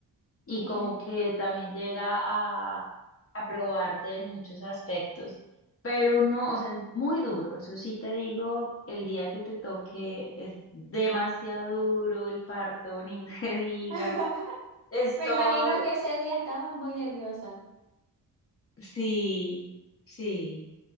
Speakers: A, on the left; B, on the right.
A: y
B: sí.
A: como que también llega a, a probarte en muchos aspectos. Pero no, o sea, es muy duro, eso sí te digo, el día que te toque es demasiado duro, el parto ni <laughs> se diga.
B: <laughs>
A: Es
B: Me
A: todo,
B: imagino que ese día estabas muy nerviosa.
A: sí, sí,